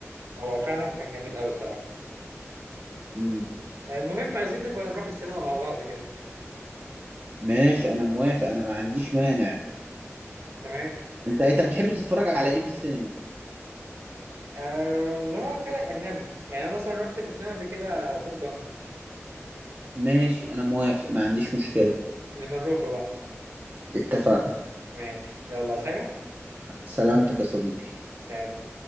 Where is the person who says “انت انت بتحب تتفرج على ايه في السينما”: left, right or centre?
Right